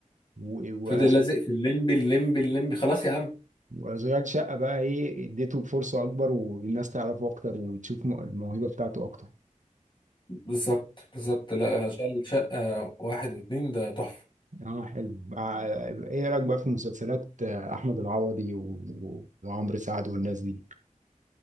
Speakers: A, on the right; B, on the left.
A: و-
B: فضل
A: وأش-
B: لازق في الليمبي الليمبي الليمبي خلاص يا عم
A: وأشغال شقة بقى إيه اديته الفرصة أكبر والناس تعرفه أكتر وتشوف م- الموهبة بتاعته أكتر
B: بالظبط بالظبط لا مم. شل شقة واحد واتنين ده تحفة
A: اه حلو مع- ايه رايك بقى في مسلسلات آه، احمد العوضي و... و- وعمرو سعد والناس دي